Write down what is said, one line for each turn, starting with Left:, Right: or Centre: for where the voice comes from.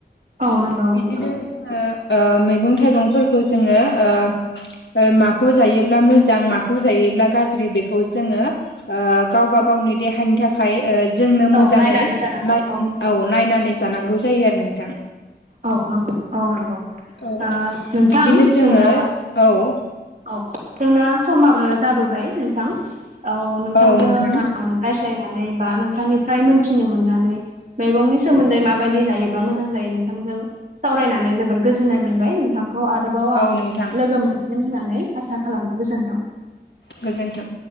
Right: औ नंगौ
Left: बिदिनो
Right: नोंथां
Left: जों ओ ओ मैगं थाइगंफोरखौ जोङो ओ ओ मा खौ जायोब्ला मोजां माखौ जायोब्ला गाज्रि बेखौ जोङो ओ गावबा
Right: औ
Left: गावनि
Right: औ
Left: देहानि थाखाय ओ जोंनो
Right: औ
Left: मोजाङै
Right: नायनानै जानांगौ
Left: नाय उम औ नायनानै जानांगौ जायो आरो नोंथां।
Right: औ नंगौ औ नंगौ।
Left: औ
Right: ओ नोंथां
Left: बिदिनो जोङो
Right: जोंना
Left: औ
Right: औ जोंना समाबो जाबोबाय नोंथां। औ नोंथांजों
Left: औ नोंथां
Right: आ आं रायज्लायनानै बा नोंथांनिफ्राय मोनथिनो मोननानै मैगंनि सोमोन्दै माबायदि जायो बा मोजां जायो नोंथांजों सावरायनानै जबोर गोजोननाय मोनबाय। थांखौ आरोबाव आं
Left: औ नोंथां
Right: लोगो मोनफिनगोन होननानै आसा खालामो गोजोन्थों।
Left: गोजोन्थों।